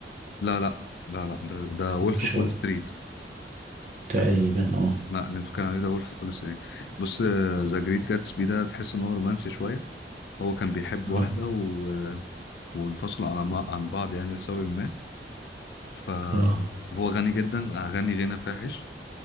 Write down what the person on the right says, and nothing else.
مش
هو
تقريبا اه
اه
اه